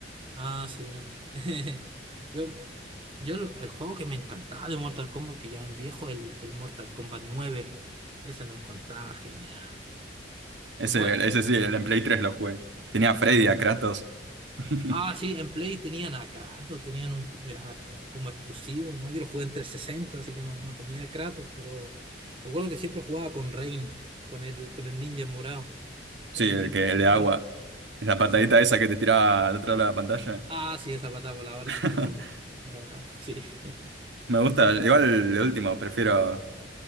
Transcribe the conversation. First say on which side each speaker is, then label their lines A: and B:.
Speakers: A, on the right (about 30°); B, on the right (about 80°).
A: Ah, sí, no. <laughs> Yo, yo lo- el juego que me encantaba de Mortal Kombat, que ya es viejo, el, el Mortal Kombat nueve Ese lo encontraba genial.
B: Ese,
A: ¿Lo jugaste?
B: ese sí, el en Play 3 lo jugué. Tenía a Freddy,
A: Sí.
B: a Kratos. <laughs>
A: Ah, sí, en Play tenían a Kratos, tenían un, eh, a- a- como exclusivo, ¿no? Yo lo jugué en 360 así que no, no tenía a Kratos, pero me acuerdo que siempre jugaba con Rain, con el, con el ninja morado. Con
B: Sí,
A: ese
B: el
A: siempre
B: que,
A: jugaba.
B: el de agua. La patadita
A: Sí.
B: esa que te tiraba al otro lado de la pantalla.
A: Ah, sí, esa patada voladora
B: <laughs>
A: te sacaba. volando. Era bacán, sí. <laughs>
B: Me gusta. Igual el último, prefiero.